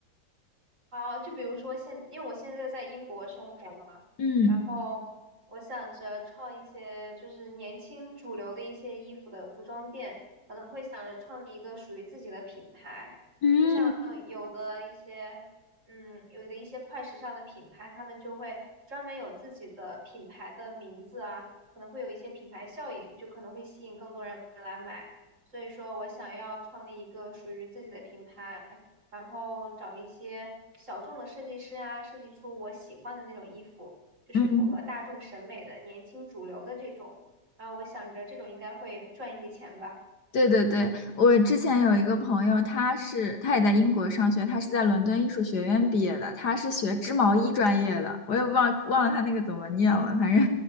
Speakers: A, on the right (about 35°); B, on the left (about 55°).
A: 啊，就比如说现，因为我现在在英国生活嘛，
B: 嗯
A: 然后我想着创一些就是年轻主流的一些衣服的服装店，可能会想着创立一个属于自己的品牌，
B: 嗯
A: 就像有的一些，嗯，有的一些快时尚的品牌，他们就会专门有自己的品牌的名字啊，可能会有一些品牌效应，就可能会吸引更多人来买。所以说我想要创立一个属于自己的品牌。然后找一些小众的设计师啊，设计出我喜欢的那种衣服，就是符合大众审美的、
B: 嗯，
A: 年轻主流的这种。然后我想着这种应该会赚一些钱吧。
B: 对对对，我之前有一个朋友，他是他也在英国上学，他是在伦敦艺术学院毕业的，他是学织毛衣专业的，我也忘忘了他那个怎么念了，反正